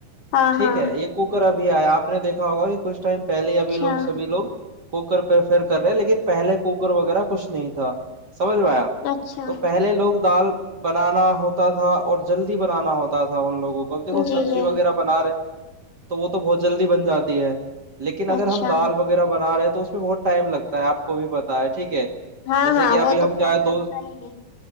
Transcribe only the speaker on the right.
ٹھیک
ہے یہ کوکر ابھی <unintelligible> بھی آیا آپ نے دیکھا ہوا کہ کس ٹائم <unintelligible> پہلے
ابھی لوگ سبھی لوگ <unintelligible> کوکر پہ فر کر رہے لیکن پہلے کوکر وغیرہ کچھ نہیں تھا سمجھ میں آ
<unintelligible> تو پہلے لوگ دال <unintelligible> بنانا ہوتا تھا اور جلدی بنانا ہوتا تھا ان لوگ <unintelligible> وہ کب دیکو
سبزی
وغیرہ بنا رہے <unintelligible> تو وہ تو بہت جلدی بن جاتی ہے <unintelligible> لیکن اگر
ہم دال وغیرہ بنا رہے ہیں <unintelligible> تو اس میں بہت ٹائم لگتا ہے آ کو بھی پتا ہے ٹھیک ہے
جیسے
کہ ابھی
ہم
کیا
ہے دو